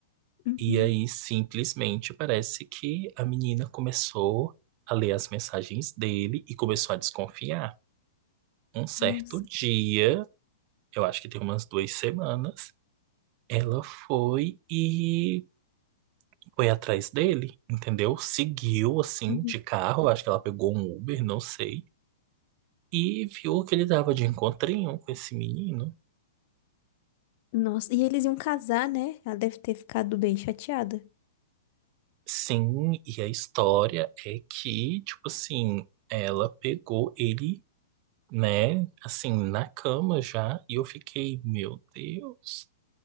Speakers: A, on the left; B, on the right.
A: Uhum.
B: E aí simplesmente parece que a menina começou a ler as mensagens dele e começou a desconfiar. Um certo
A: Nossa.
B: dia, eu acho que tem umas duas semanas, ela foi e foi atrás dele, entendeu? Seguiu assim
A: Uhum.
B: de carro, acho que ela pegou um Uber, não sei, e viu que ele dava de encontrinho com esse menino.
A: Nossa, e eles iam casar, né? Ela deve ter ficado bem chateada.
B: Sim, e a história é que, tipo assim, ela pegou ele, né, assim, na cama já, e eu fiquei, meu Deus.